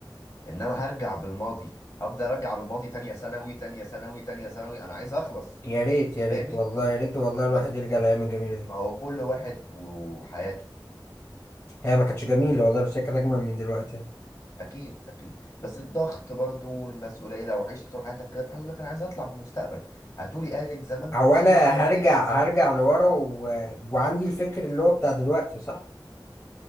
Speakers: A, on the left; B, on the left.
A: انما هرجع بالماضي هفضل ارجع بالماضي تانية ثانوي تانية ثانوي تانية ثانوي انا عايز اخلص
B: يا ريت
A: انت
B: يا
A: فاهمني
B: ريت والله يا ريت
A: ف-
B: والله الواحد
A: بس
B: يرجع للايام الجميلة دي
A: ما هو كل واحد وحياته
B: هي ما كانتش جميلة
A: انت
B: والله بس هي كانت اجمل من دلوقتي
A: اكيد اكيد بس الضغط برضو والمسؤوليه لو عشت طول حياتك كده في حاجه لك انا عايز اطلع بالمستقبل هتقولي آلة زمن
B: هو
A: تطلع
B: انا
A: ترجع
B: هرجع هرجع لورا و... وعندي الفكر اللي هو بتاع دلوقتي صح